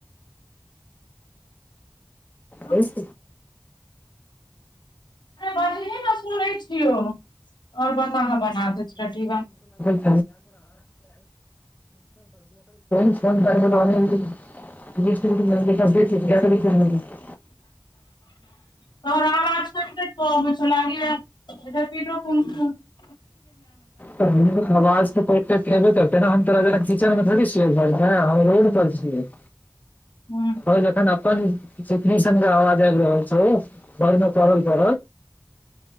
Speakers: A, on the left (about 80°); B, on the left (about 20°).
A: अरे
B: हस
A: बाजही ने सुनै छियौ ओर बताहाँ बना देत टटिबा
B: कोन फोन कर त लिस्ट भ सुे के क की खरे <inaudible>
A: त रामा <inaudible> पमेै लगे ए फे <inaudible>
B: त आवाज कहबे करतै ने हम तोरा <inaudible> सचन मेथ छियै रोड पर छियै
A: हँ
B: जखन अपन जीवनी सब के आवाज आबि रहल छै घरमे कबल <inaudible> कर